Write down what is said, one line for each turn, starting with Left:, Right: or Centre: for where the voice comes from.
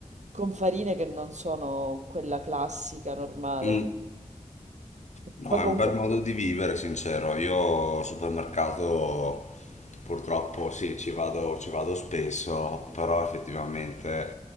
Right: con farine che non sono quella classica, normale.
Left: Mm. No,
Right: Poi
Left: è
Right: comunque...
Left: un bel modo di vivere, sincero. Io al supermercato purtroppo sì, ci vado, ci vado spesso, però effettivamente